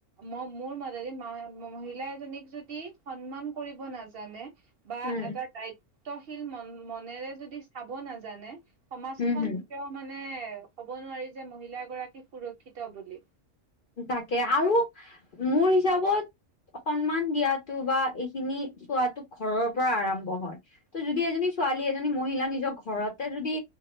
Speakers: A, on the right (about 55°); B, on the left (about 50°).
A: মই মোৰ মনেদি মানে মহিলা এজনীক যদি সন্মান কৰিব নাজানে- বা,
B: উম,
A: এটা দায়িত্বশীল মন মনেৰে যদি চাব নাজানে সমাজখন
B: উম, হম
A: - কেতিয়াও মানে ক'ব নোৱাৰি যে মহিলাগৰাকীক সুৰক্ষিত বুলি।
B: তাকে আৰু মোৰ হিচাপত। সন্মান দিয়াটো বা এইখিনি চোৱাতো ঘৰৰ পৰা আৰম্ভ হয়। ত যদি এজনী ছোৱালী এজনী মহিলা নিজৰ ঘৰতে যদি